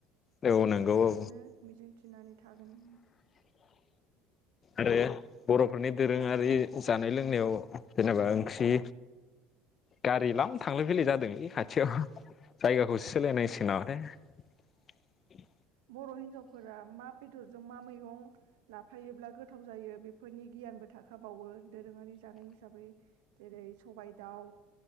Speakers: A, on the left; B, on the right.
A: औ
B: बेखौनो
A: नंगौ औ
B: मिजिंथिनानै थागोन।
A: आरो बर'फोरनि दोरोङारि जानाय लोंनायाव जेनेबा ओंख्रि गारि लाम थांलाय फैलाय जादोंलै खाथियाव जायगाखौसो सोलाय नांसिनगोन नामाथाय।
B: बर' हिन्जावफोरा मा बेदरजों मा मै मैगं लाफायोब्ला गोथाव जायो बेफोरनि गियानबो थाखाबावो दोरोङारि जानाय हिसाबै जेरै सबाय दाउ।